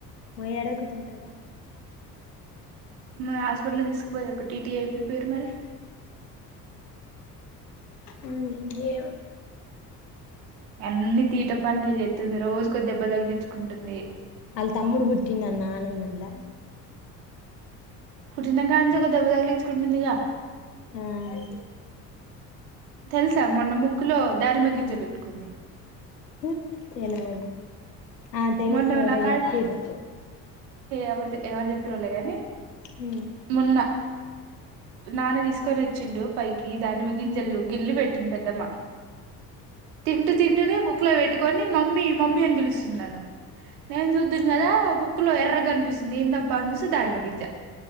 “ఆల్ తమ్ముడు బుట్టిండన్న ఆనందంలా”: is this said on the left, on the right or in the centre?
Left